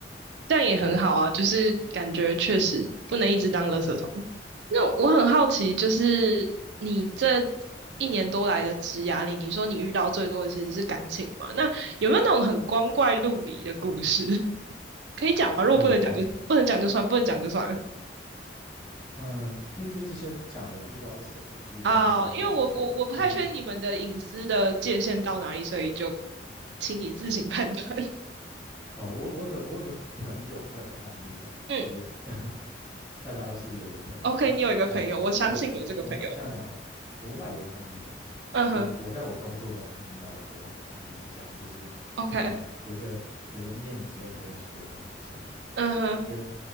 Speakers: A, on the right (about 70°); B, on the left (about 20°).
A: 这样也很好啊，
B: 嗯，
A: 就是感觉确实不能一直当垃圾桶。那我很好奇，就是你这一年多来的职涯里，你说你遇到最多的其实是感情嘛？那有没有那种很光怪陆离的故事？<laughs> 可以讲吗？如果不能讲就不能讲就算，
B: 哦有啊，
A: 不能讲就算了。
B: <laughs> 嗯，因为因为这些讲的也不知道是谁嘛，就是当一个故事听的就是
A: 啊，因为我我我不太确定你们的隐私的界限到哪里，所以就请你自行判断。<laughs>
B: 哦，我我有个我有个朋友，他有个案例啊，
A: 嗯
B: 就是 <laughs> 大家都是有一个朋友啊啊，
A: ，OK，你有一个朋友，我相信有这个朋友。
B: 国我我这样讲好了，国外有个案例，啊。
A: 嗯哼
B: 就是我在我工作中听到的国外有个案例是这样，就是
A: ，OK，
B: 呃，有个有个念解剖所的女生，
A: 嗯哼，
B: 因为因